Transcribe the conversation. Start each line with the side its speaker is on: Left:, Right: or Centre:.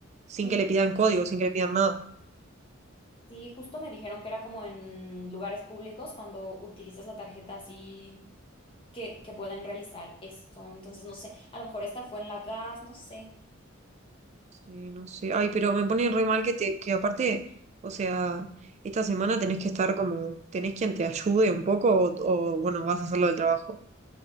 Right: sin
Left: <laughs> Ujú.
Right: que le pidan código, sin que le pidan nada.
Left: Sí, justo me dijeron que era como en lugares públicos cuando utilizas la tarjeta así que, que pueden realizar esto, entonces no sé, a lo mejor esta fue en la gas, no sé.
Right: Sí, no sé. Ay, pero me pone re mal que te, que aparte, o sea, esta semana tenés que estar como, tenés quien te ayude un poco o, o, bueno, vas a hacerlo del trabajo.